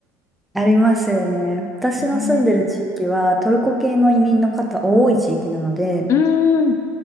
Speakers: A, in the centre; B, on the left.
A: ありますよね。私の住んでる地域はトルコ系の移民の方多い地域なので、
B: ねうーん。なる